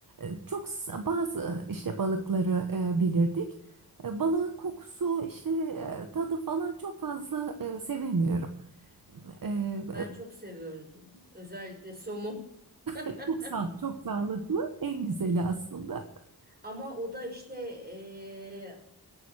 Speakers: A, on the right; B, on the right.
A: e, çok s- bazı işte balıkları e, bilirdik. E, balığın kokusu işte e, tadı falan çok fazla e, sevemiyorum. E,
B: Ben çok seviyorum. Özellikle somun. <laughs>
A: e, çok sağ, çok sağlıklı en güzeli aslında,
B: Ama o da işte eee,